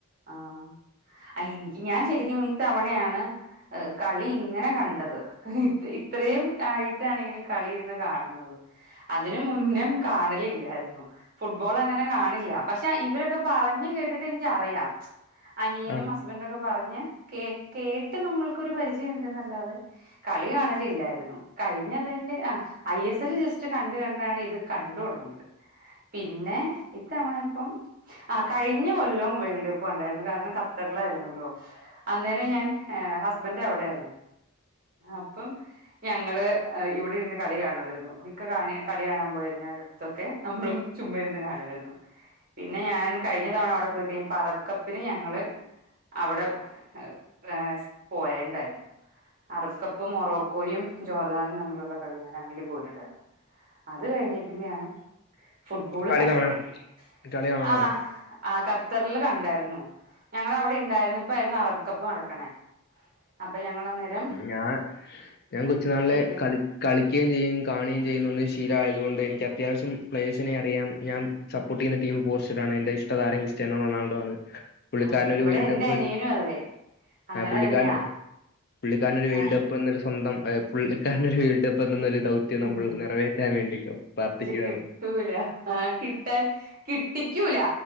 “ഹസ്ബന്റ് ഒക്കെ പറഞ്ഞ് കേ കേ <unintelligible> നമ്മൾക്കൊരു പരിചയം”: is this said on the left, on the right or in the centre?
Right